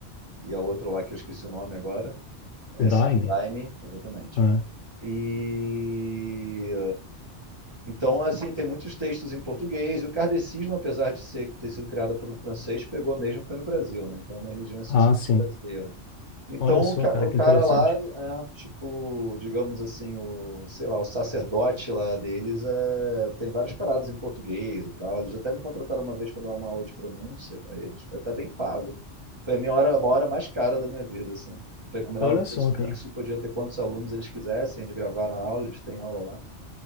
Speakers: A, on the right; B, on the left.
A: e a outra lá que eu esqueci o nome agora.
B: O
A: É
B: Daime.
A: Santo Daime, exatamente.
B: né?
A: E então, assim, tem muitos textos em português, e o kardecismo, apesar de ser, ter sido criado por um francês, pegou mesmo, foi no Brasil, né? Então, é uma religião essencialmente
B: Ah, sim.
A: brasileira. Então
B: Olha só,
A: o, ca-
B: cara,
A: o
B: que
A: cara
B: interessante.
A: lá, é, tipo, digamos assim, o, sei lá, o sacerdote lá deles é, tem várias paradas em português e tal. Eles até me contrataram uma vez para dar uma aula de pronúncia para eles. Foi até bem pago. Foi a minha hora, uma hora mais cara da minha vida, assim. Foi combinava
B: Olha
A: um preço
B: só, cara.
A: fixo, podia ter quantos alunos eles quisessem, eles gravaram a aula, eles têm aula lá.